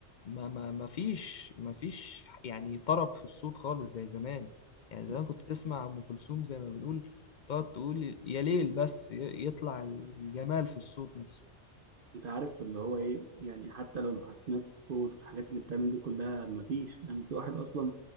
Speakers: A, on the left; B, on the right.
A: ما ما ما فيش ما فيش يعني طرب في الصوت خالص زي زمان يعني زمان
B: لا
A: كنت تسمع ام كلثوم زي ما بنقول تقعد تقول يا ليل بس ي- يطلع الجمال في الصوت نفسه
B: انت عارف اللي هو ايه يعني حتى لو محسنات الصوت والحاجات اللي بتعمل دي كلها مفيش انا يعني في واحد اصلا